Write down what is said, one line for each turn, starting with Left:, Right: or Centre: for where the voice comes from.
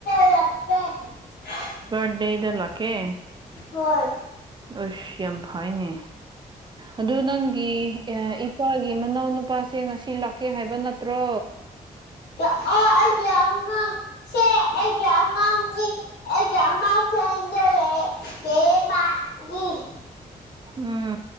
Left: ꯆꯀꯦ
Right: ꯔ ꯗꯦ ꯏꯗꯂꯀꯦ
Left: ꯍꯣꯏ
Right: ꯑꯁ ꯌꯥꯝ ꯐꯩꯅꯦ ꯑꯗꯨ ꯅꯪꯒꯤ ꯏꯄꯥꯒꯤ ꯃꯅꯥꯎꯅꯨꯄꯥꯁꯦ ꯉꯁꯤ ꯂꯥꯛ ꯀꯩ ꯍꯥꯏꯕ ꯅꯠꯇ꯭ꯔꯣ
Left: ꯑꯣ ꯑꯩꯒꯤ ꯑꯉꯥꯡ ꯁꯦ <unintelligible>
Right: ꯎꯝ